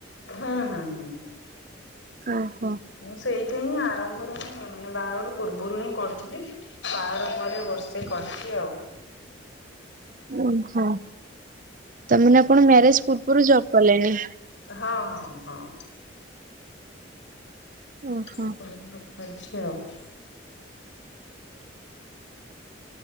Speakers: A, on the left; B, on the right.
A: ହଁ, ହଁ, ହଁ
B: ଓହୋ
A: ମୁଁ ସେଇଠି ହିଁ ଆରମ୍ଭରୁ ହିଁ ମାନେ ବାହାଘର ପୂର୍ବରୁ ହିଁ କରିଥିଲି ବାହାର ପରେ ବର୍ଷେ କରିଛି ଆଉ।
B: ଓହୋ, ତମାନେ ଆପଣ ମ୍ୟାରେଜ ପୂର୍ବରୁ ଜବ୍ କଲେଣି?
A: ହଁ, ହଁ, ହଁ। <unintelligible>
B: ଓହୋ।